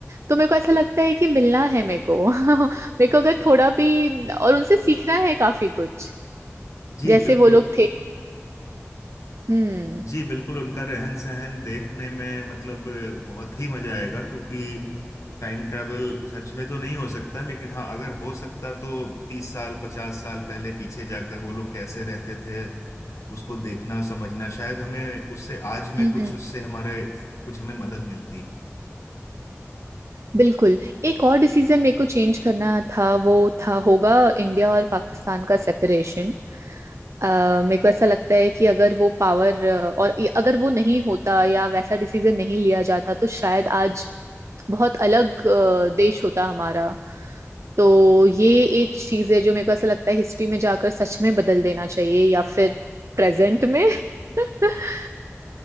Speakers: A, on the right; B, on the left.
A: तो मेरे को ऐसा लगता है कि मिलना है मेरे को <laughs> मेरे को अगर थोड़ा भी और उनसे सीखना है काफी कुछ
B: जी
A: जैसे
B: बिल्कुल
A: वो लोग थे हम्म
B: जी बिल्कुल उनका रहन सहन देखने में मतलब बहुत ही मजा आएगा क्योंकि टाइम ट्रैवल सच में तो नहीं हो सकता लेकिन हाँ अगर हो सकता तो तीस साल पचास साल पहले पीछे जाकर वो लोग कैसे रहते थे उसको देखना समझना शायद हमें उससे आज में
A: हम्म
B: कुछ उससे हमारे कुछ हमें मदद मिलती
A: बिल्कुल एक और डिसीजन मेरे को चेंज करना था वो था होगा इंडिया और पाकिस्तान का सेपरेशन अ मेरे को ऐसा लगता है कि अगर वो पावर और ये- अगर वो नहीं होता या वैसा डिसीजन नहीं लिया जाता तो शायद आज बहुत अलग अ, देश होता हमारा तो ये एक चीज है जो मेरे को ऐसा लगता है हिस्ट्री में जाकर सच में बदल देना चाहिए या फिर प्रेजेंट में <laughs>